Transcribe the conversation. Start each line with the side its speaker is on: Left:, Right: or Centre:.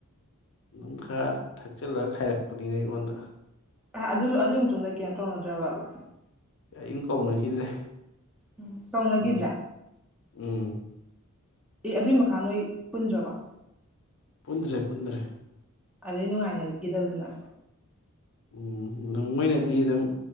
Left: ꯑꯗꯨꯝ ꯈꯔ ꯊꯛꯆꯤꯜꯂꯒ ꯈꯥꯏꯔꯛꯄꯅꯤꯗ ꯑꯩꯉꯣꯟꯗ
Centre: ꯑꯥ ꯑꯗꯨ ꯗꯨꯏ ꯃꯇꯨꯡꯗꯩꯩ ꯀꯩꯝ ꯇꯧꯅꯗ꯭ꯔꯕꯕ
Left: ꯀꯦꯏꯝ ꯀꯧꯅꯈꯤꯗ꯭ꯔꯦ
Centre: ꯎꯝ ꯀꯧꯅꯒꯤꯗ꯭ꯔꯦ
Left: ꯑꯗꯨꯝ ꯎꯝ
Centre: ꯑꯦ ꯑꯗꯨꯏ ꯃꯈꯥ ꯅꯣꯏ ꯄꯨꯟꯗ꯭ꯔꯕꯣ
Left: ꯄꯨꯟꯗ꯭ꯔꯦ ꯄꯨꯟꯗ꯭ꯔꯦ
Centre: ꯑꯗꯩ ꯅꯨꯡꯉꯥꯏꯅꯒꯤꯗꯕꯗꯨꯅ
Left: ꯎꯝ ꯃꯣꯏꯅꯗꯤ ꯑꯗꯨꯝ